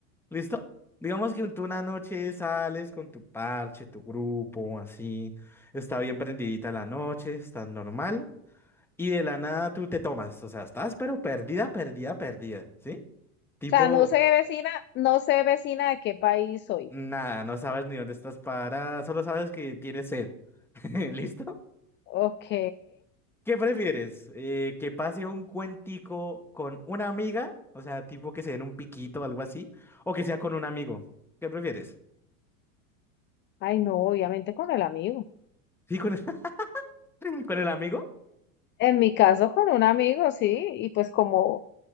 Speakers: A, in the centre; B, on the left.
A: ¿Listo? Digamos que tú una noche sales con tu parche, tu grupo, así. Está bien prendidita la noche, está normal. Y de la nada tú te tomas. O sea, estás pero perdida, perdida, perdida. ¿Sí? Tipo,
B: sea, no sé vecina, no sé vecina de qué país soy.
A: nada, no sabes ni dónde estás parada, solo sabes que tienes sed. <laughs> ¿Listo?
B: Ok.
A: ¿Qué prefieres? Eh, ¿que pase un cuentico con una amiga? O sea, tipo que se den un piquito o algo así. ¿O que sea con un amigo? ¿Qué prefieres?
B: Ay, no, obviamente con el amigo.
A: ¿Sí, con el, <laughs> con el amigo?
B: En mi caso, con un amigo, sí. Y pues como,